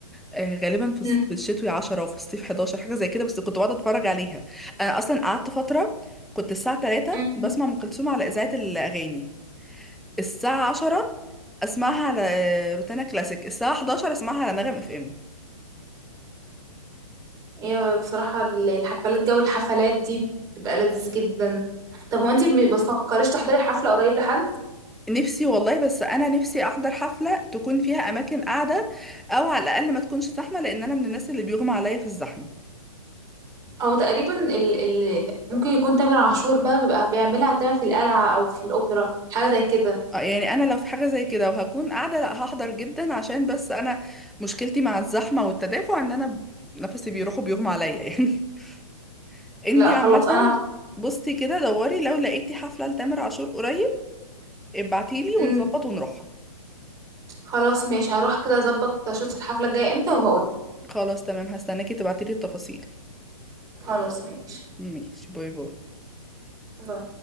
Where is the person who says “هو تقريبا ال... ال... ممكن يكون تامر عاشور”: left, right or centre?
Right